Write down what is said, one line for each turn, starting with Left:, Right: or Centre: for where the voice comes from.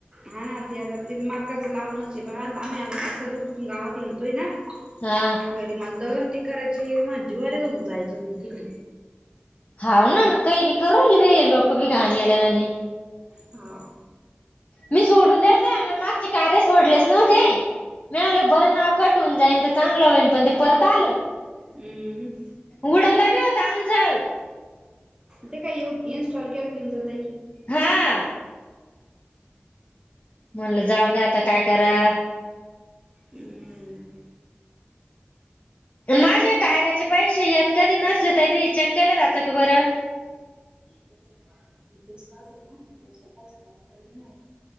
Right: हा ना ते आता ते मग कसं लावूनच बघ आम्ही आ क दु गावात येतोय ना.
Left: हा.
Right: घरी मला दालन ते करायचय माला जिवावर आहेघ येत होत जायच तिकडे
Left: हा ना काही बी करल भी लोक बी घाणेरडयावाणी
Right: ह.
Left: मी सोडून दते म मागचे कार्य सोडलेच नव्हते. मिळालं बरं नाव कटवून जाईन तर चांगलं होईल पण ते परत आलं.
Right: हम.
Left: उडाला बी होता अंचल
Right: ते काय इन्स्टॉल केल कि येवुन जातय की
Left: हा. म्हणलं जाऊ द्या आता काय करा.
Right: हम्.
Left: माझे कार्याचे पैसे येत कधी नसले तर ते चेक केलं जातं का बरं <unintelligible>
Right: नातःय काु